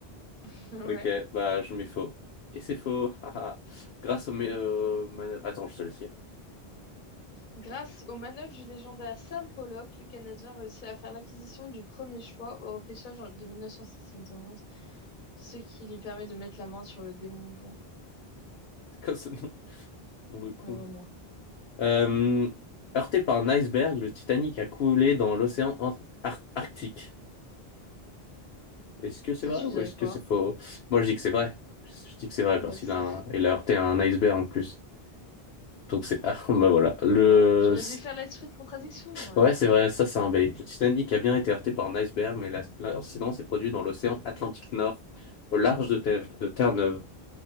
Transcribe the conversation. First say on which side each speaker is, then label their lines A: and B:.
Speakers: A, on the left (about 50°); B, on the left (about 75°).
A: <laughs> Ouais.
B: Ok, bah je mets faux. Et c'est faux. <laughs> haha. Grâce au... mé- euh, man- Attends, je te laisse lire. <laughs>
A: Grâce aux manœuvres du légendaire Sam Pollock, le Canadien réussit à faire l'acquisition du premier choix au repêchage en- de 1971, ce qui lui permet de mettre la main sur le démon blond
B: C'est quoi ce nom? Nom de con.
A: à un moment.
B: Euh, heurté par un iceberg, le Titanic a coulé dans l'océan Ant- Ar- Arctique. Est-ce que c'est
A: Toi,
B: vrai
A: tu
B: ou
A: dirais
B: est-ce
A: quoi?
B: que c'est faux? Moi, je dis que c'est vrai. Je dis que c'est
A: Ouais,
B: vrai parce
A: moi aussi.
B: qu'il a, un- il a heurté un iceberg en plus. Donc c'est, <laughs> ah, bah voilà. Le,
A: Ah, j'aurais dû faire l'esprit de contradiction, ouais.
B: ouais, c'est vrai, ça c'est un bait. Le Titanic a bien été heurté par un iceberg, mais la- l'incident s'est produit dans l'océan Atlantique Nord, au large de Thèves- de Terre-Neuve.